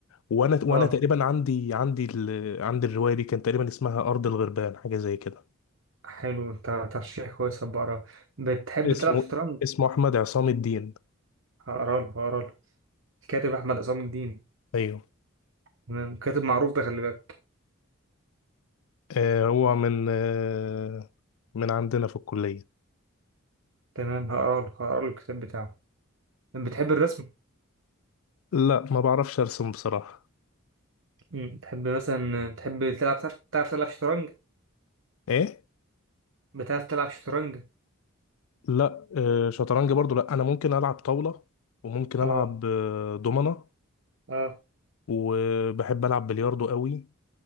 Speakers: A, on the left; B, on the right.
A: وانا وانا
B: اه
A: تقريبا عندي عندي ال... عندي الرواية دي كان تقريبا اسمها ارض الغربان حاجة زي كده
B: حلو انت ترشيح كويس هبقى اقراه بتحب
A: اسمه
B: تلعب شطرنج
A: اسمه احمد عصام الدين
B: هقرا له هقرا له الكاتب احمد عصام الدين
A: ايوه
B: تمام كاتب معروف ده خلي بالك
A: آه، هو من آه، من عندنا في الكلية
B: تمام هقرا له هقرا له الكتاب بتاعه بتحب الرسم
A: لا ما بعرفش ارسم بصراحة
B: مم. بتحب مثلا بتحب تلعب تعرف تعرف تلعب شطرنج
A: ايه
B: بتعرف تلعب شطرنج
A: لا آه، شطرنج برضو لا انا ممكن العب طاولة وممكن العب
B: اه
A: آه، دومنة
B: اه
A: وبحب العب بلياردو قوي